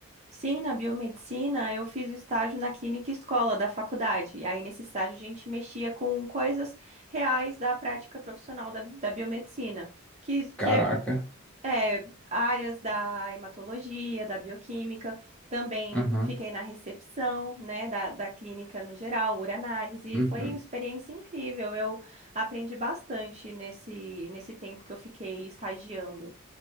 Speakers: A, on the right; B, in the centre.
A: Sim, na biomedicina eu fiz estágio na clínica escola da faculdade. E aí, nesse estágio, a gente mexia com coisas reais da prática profissional da, da biomedicina, que, que
B: Caraca.
A: é É, áreas da hematologia, da bioquímica, também
B: Aham.
A: fiquei na recepção, né, da, da clínica no geral, uranálise,
B: uhum.
A: foi uma experiência incrível, eu aprendi bastante nesse, nesse tempo que eu fiquei estagiando.